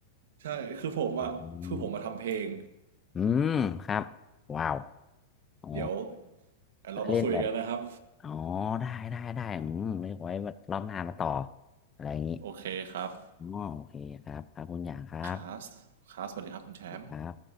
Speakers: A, on the right; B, on the left.
A: ใช่คือผมอะคือผมมาทำเพลง
B: อืมอืมครับว้าวอ๋อ
A: เดี๋ยว
B: แล้วเล่นแบบ
A: เรามาคุยกันนะครับ
B: อ๋อได้ได้ได้อืมไม่ไว้แบบรอบหน้ามาต่ออะไรอย่างนี้
A: โอเคครับ
B: อ๋อโอเคครับครับคุณอย่างครับ
A: คาสคาสสวัสดีครับคุณแชมป์
B: ครับ